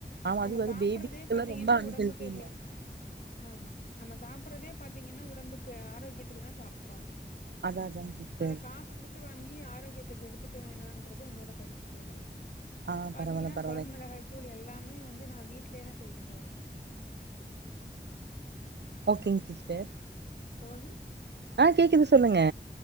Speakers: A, on the right; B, on the left.
A: ஆமா
B: நம்ம
A: அது அது
B: சாப்புறதே
A: பேபிஸ்க்கெல்லா
B: பாத்தீங்கன்னா
A: ரொம்ப அன்ஹெல்திம்பாங்க
B: ஒடம்புக்கு ஹெ ஆமா நம்ம சாப்புறதே பாத்தீங்கன்னா உடம்புக்கு ஆரோக்கியத்துக்கு தா சாப்புறோ
A: அதா அதாங் சிஸ்டர்
B: அது காசு குடு எடுத்து வாங்கி ஆரோக்கியத்த கெடுத்துக்க வேணான்றது என்னோட கருத்து தோழி
A: ஆ
B: பாத்தீங்கன்னா
A: பரவால்ல பரவால்ல
B: கொழம்பு மெளகாய் தூள் எல்லாமே வந்து நா வீட்லே வந்து தா செய்வே தோழி
A: ஓகேங்க சிஸ்டர்
B: தோழி
A: ஆ கேக்குது சொல்லுங்க